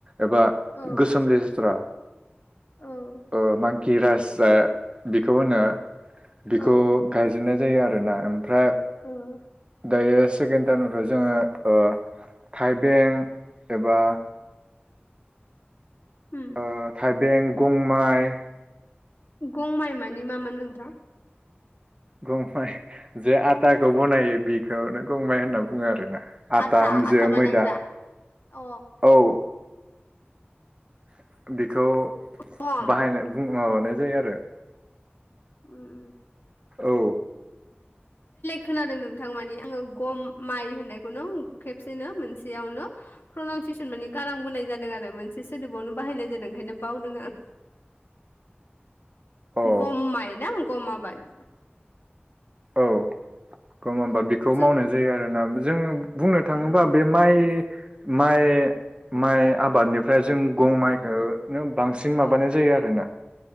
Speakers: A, on the right; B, on the left.
A: एबा
B: औ
A: गोसोम लेस्थ्रा
B: औ
A: ओ मा किरासा बेखौ होनो बेखौ
B: औ
A: गायजेननाय जायो आरो ना ओमफ्राय
B: औ
A: दायो सेकेणड टाइमनिफ्राय जोङो ओ थाइबें एबा
B: ओम
A: ओ थाइबें गं माइ
B: गं माइ मानि मामोन नोंथां
A: गंमाइ जे आटाखौ बनायो बिखौनो गंमाइ होनना बुङो आरोना आथा
B: आटा आटा
A: जे
B: बानायग्रा
A: मैदा
B: अ
A: औ <unintelligible> थ
B: गम
A: बाहायनाय बुं माबानाय जायो आरो
B: उ। <unintelligible>
A: औ
B: खोनादों नोंथां मानिे आङो गम माइ होननायखौनो खेबसेनो मोनसेयावनो प्रनाउनसेसन माने गारांबोनाय जादों आरो मोनसे सोदोबावनो बाहायनाय जादों ओंखायनो बावदों आं।
A: औ
B: गम माय ना गम आबाद।
A: औ। ग हबा बिखौ
B: जों
A: मावनाय जायो आरो ना <unintelligible> जोङो <unintelligible> बुंनो थाङोबा
B: अ
A: बे माइ। माइ माइ आबादनिफ्राय जों गं माइखौ। बांसिन माबानाय
B: औ
A: जायो आरो ना।